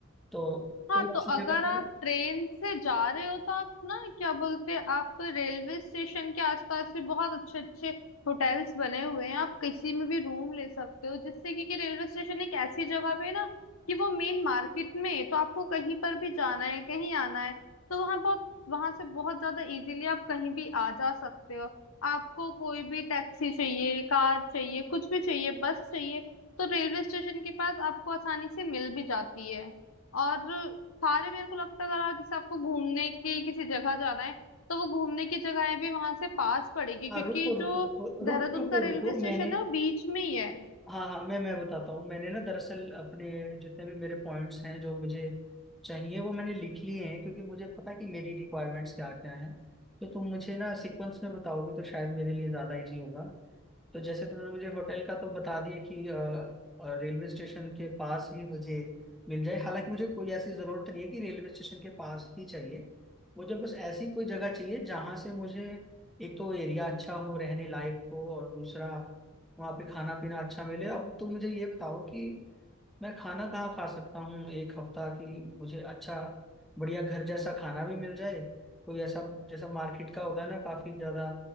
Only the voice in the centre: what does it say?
तो
कोई
अच्छी
जगह पे-
हाँ
रुको रुको
रुको
रुको रुको
रुको
मैंने
हाँ हाँ मैं मैं बताता हूँ मैंने ना दरअसल अपने जितने भी मेरे पॉइंट्स हैं जो मुझे चाहिए वो मैंने लिख लिए हैं क्योंकि मुझे पता है कि मेरी रिक्वायरमेंट्स क्या क्या हैं तो तुम मुझे ना सीक्वेंस में बताओगे तो शायद मेरे लिए ज़्यादा इजी होगा तो जैसे तुमने मुझे होटल का तो बता दिया कि अ, अ, रेलवे स्टेशन के पास ही मुझे मिल जाए हालांकि मुझे कोई ऐसी जरूरत नहीं है कि रेलवे स्टेशन के पास ही चाहिए मुझे बस ऐसी कोई जगह चाहिए जहां से मुझे एक तो एरिया अच्छा हो रहने लायक हो और दूसरा वहाँ पे खाना पीना अच्छा मिले अब तुम मुझे ये बताओ कि मैं खाना कहाँ खा सकता हूँ एक हफ्ता की मुझे अच्छा बढ़िया घर जैसा खाना भी मिल जाए कोई ऐसा जैसा मार्केट का होता है ना काफी ज्यादा